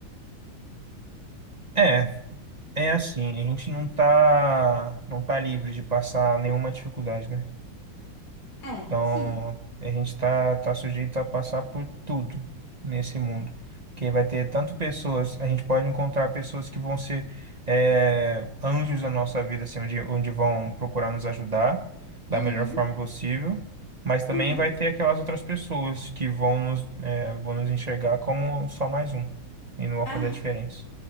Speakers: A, on the right; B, on the left.
A: É, É assim, a gente não tá, não tá livre de passar nenhuma dificuldade, né?
B: É,
A: Então,
B: sim.
A: a gente tá, tá sujeito a passar por tudo nesse mundo. Porque vai ter tanto pessoas, a gente pode encontrar pessoas que vão ser é, anjos na nossa vida, assim, onde, onde vão procurar nos ajudar da
B: Uhum,
A: melhor forma possível. Mas também
B: uhum.
A: vai ter aquelas outras pessoas que vão nos, é, vão nos enxergar como só mais um e não vão
B: É.
A: fazer a diferença.